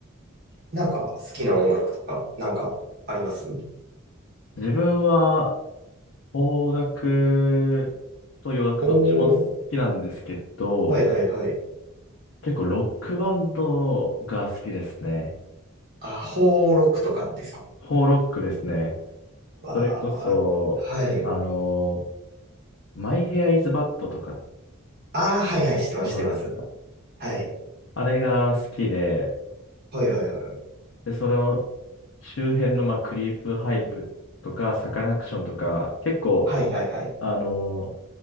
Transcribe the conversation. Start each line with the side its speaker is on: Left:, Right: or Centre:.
Right: なんか好きな音楽とか、なんかあります
Left: 自分は、邦楽と洋楽どっちも好きなんですけど、
Right: おー、はいはいはい。
Left: 結構ロックバンドが好きですね。
Right: あ、ホーロックとかですか
Left: ホーロックですね。
Right: わー、
Left: それこそ、
Right: はい。
Left: あの、マイヘアイズバッドとか、
Right: あー、はいはい、知ってます、
Left: ご存知ですか
Right: 知ってます。はい。
Left: あれが好きで、
Right: はいはいはいはい。
Left: で、その周辺の、まあ、クリープハイプとか、サカナクションとか、結構、
Right: はいはいはい。
Left: あの、